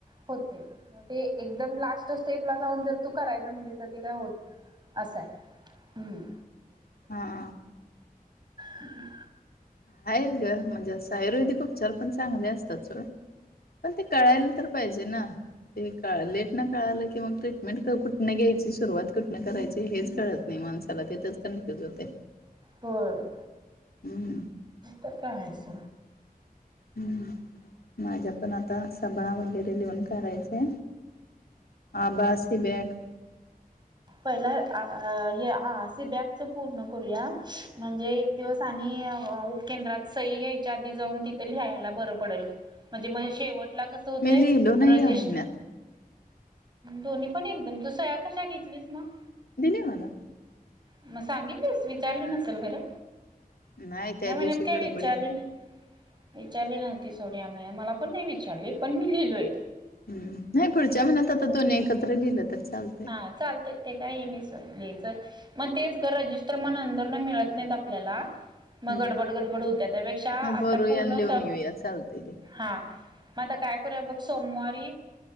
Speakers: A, on the right; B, on the left.
A: होते ते एकदम लास्टच तेपला जाऊन जर त. करायचं म्हणसत ते काय होत नाही असं हम्.
B: हा.
A: हम्.
B: आहेत ग म्हणजे अस आयुर्वेदिक उपचार पण चांगले असतात सोड. पण ते कळायला तर पाहिजे ना ते क लेट ना कळालं क. मग ट्रीटमेंट कुठनं घ्यायची सुरुवात कुठन करायची हेच कळत नाही माणसाला तेथच कन्फ्युज होते.
A: हो
B: हं
A: तर कास.
B: हम्म माझ्या पण आता सभाव. डलवन काढायचे आभासी बॅग.
A: पहिला आ सी बॅगच पूर्ण करूया म्हणजे एक दिवस आणि. पकेंद्रात सई घ्यायच्या आधी जाऊन तिथ लियला बर पडेल म्हणजे शेव. कस होते
B: मी लिहिलो
A: रजिस्.
B: नाही या महिन्यात
A: दोन्ही पण एकदम तू सया कशा घेतलीस मग.
B: दिले मला.
A: मग सांगितलेस विचारलं नसेल घरं.
B: नाही त्या
A: मनकय
B: दिवशी गडबडीत
A: विचलन. विचारली नव्हती सोन्या मेळ मला पण नाही विचारली पण मी लिहिलोय.
B: हम्म,, नाही पुढच्या महिन्यात आता दोन्ही एकत्र लिहिलं तर चालतय.
A: हा चालते काय स, मग तेच ग रजिस्टर म नंदर मिळत नाहीत आपल्यालाऽ मग
B: हम्म
A: गडबड, गडबड होत्या त्यापेक्षा, आता
B: मग भरूया
A: पूर्ण
B: आणि लिहून
A: सऽ
B: येऊया चालतंय की
A: हा, मग आता काय करूया बघ सोमवारी,,